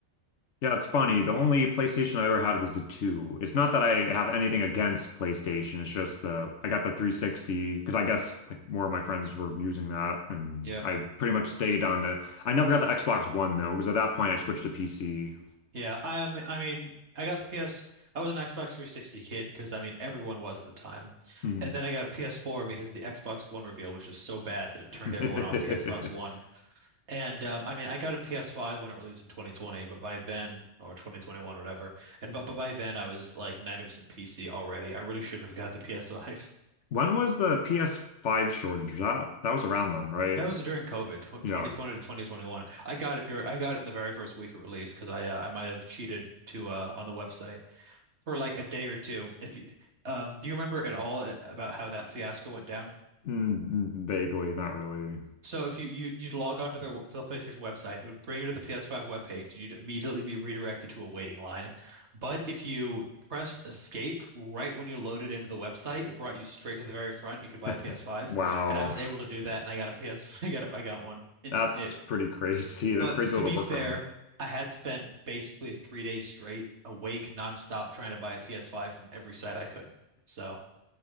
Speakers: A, on the left; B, on the right.
A: Yeah, it's funny. The only PlayStation I ever had was the 2. It's not that I have anything against PlayStation. It's just the I got the 360 because I guess like more of my friends were using that and
B: Yeah.
A: I pretty much stayed on the I never got the Xbox One though because at that point I switched to PC.
B: Yeah, I am- I mean, I got the PS. I was an Xbox 360 kid because I mean everyone was at the time,
A: Hmm.
B: and then I got a PS4 because the Xbox One reveal was just so bad that it
A: <laughs>
B: turned everyone off the Xbox One. And um, I mean, I got a PS5 when it released in 2020, but by then or 2021, whatever. And but but by then I was like 90% PC already. I really shouldn't have got the PS5. <laughs>
A: When was the PS5 shortage? Was That that was around then, right?
B: That was during COVID, tw
A: Yeah.
B: 2020 to 2021. I got it during I got it in the very first week of release because I uh, I might have cheated to uh, on the website for like a day or two. If you, um, do you remember at all about how that fiasco went down?
A: Mm, mm, vaguely, not really.
B: So if you, you you'd log onto their to the PlayStation website, it would bring you to the PS5 webpage, and you'd immediately be redirected to a waiting line. But if you pressed escape right when you loaded into the website, it brought you straight to the very front. You could buy a PS5,
A: <laughs> Wow.
B: and I was able to do that, and I got a PS, <laughs> I got a, I got one. And
A: That's
B: it,
A: pretty crazy. <laughs> The
B: but
A: crazy
B: to
A: little
B: be
A: workaround.
B: fair, I had spent basically three days straight awake nonstop trying to buy a PS5 from every site I could. So.